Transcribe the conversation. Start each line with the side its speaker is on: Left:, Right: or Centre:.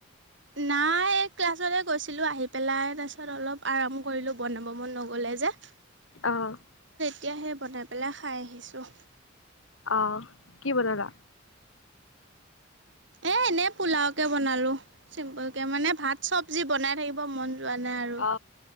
Right: নাই এই ক্লাছতে গৈছিলো। আহি পেলাই তাৰ পিছত অলপ আৰাম কৰিলো বনাব মন নগলে এই যে
Left: আহ'।
Right: তেতিয়াহে বনাই পেলাই খাই আহিছোঁ
Left: আহ। কি বনালা?
Right: এ এনে পোলাও কে বনালো। চিম্পুল কে মানে ভাত চবজি বনাই থাকিব মন যোৱা নাই আৰু
Left: অ